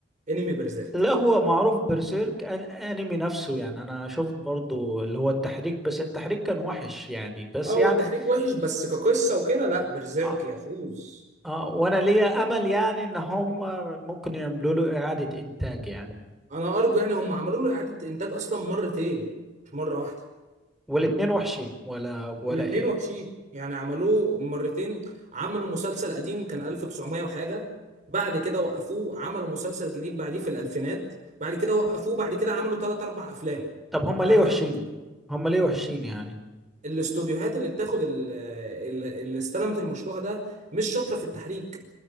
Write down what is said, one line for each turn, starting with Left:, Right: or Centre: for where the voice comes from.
Right: انمي برزيرك
Centre: لا هو معروف برسيرك أن انمي نفسه يعني انا شفت برضو اللي هو التحريك بس التحريك كان وحش يعني بس
Right: اه هو
Centre: يعني
Right: التحريك وحش بس كقصة وكده لا برزيرك
Centre: آه
Right: يفوز
Centre: آه وانا ليا امل يعني ان هم ممكن يعملوا له اعادة انتاج يعني
Right: انا ارجو يعني هم عملوا له اعادة انتاج اصلا مرتين مش مرة واحدة
Centre: والاتنين وحشين ولا ولا
Right: والاتنين
Centre: ايه
Right: وحشين يعني عملوه مرتين عملوا مسلسل قديم كان 1900 وحاجة بعد كده وقفوه عملوا مسلسل جديد بعديه في الالفينات بعد كده وقفوه بعد كده عملوا ثلاث اربع افلام
Centre: طب هم ليه
Right: بعد
Centre: وحشين
Right: كده
Centre: هم ليه وحشين يعني
Right: الاستوديوهات اللي بتاخد ال- ال- اللي استلمت المشروع ده مش شاطره في التحريك